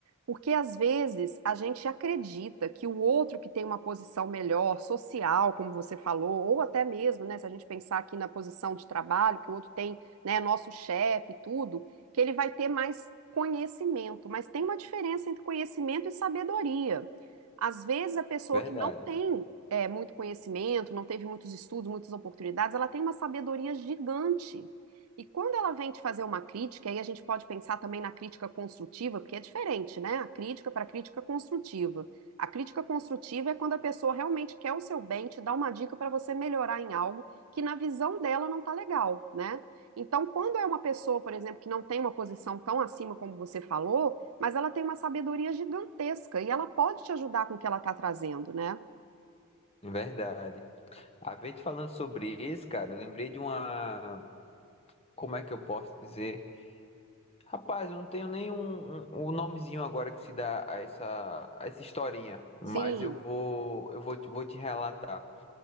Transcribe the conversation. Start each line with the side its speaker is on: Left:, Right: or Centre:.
Right: porque às vezes a gente acredita que o outro que tem uma posição melhor, social, como você falou, ou até mesmo, né, se a gente pensar aqui na posição de trabalho, que o outro tem, né, nosso chefe e tudo, que ele vai ter mais conhecimento. Mas tem uma diferença entre conhecimento e sabedoria. Às vezes a pessoa
Left: Verdade,
Right: que não tem é, muito conhecimento, não teve muitos estudos, muitas oportunidades, ela tem uma sabedoria gigante. E quando ela vem te fazer uma crítica, aí a gente pode pensar também na crítica construtiva, porque é diferente, né? A crítica para a crítica construtiva. A crítica construtiva é quando a pessoa realmente quer o seu bem, te dá uma dica para você melhorar em algo que na visão dela não tá legal, né? Então, quando é uma pessoa, por exemplo, que não tem uma posição tão acima como você falou, mas ela tem uma sabedoria gigantesca e ela pode te ajudar com o que ela tá trazendo, né?
Left: verdade. A gente falando sobre isso, cara, eu lembrei de uma, como é que eu posso dizer? Rapaz, eu não tenho nem um, um o nomezinho agora que se dá a essa, a essa historinha, mas
Right: Sim.
Left: eu vou, eu vou, te- vou te relatar.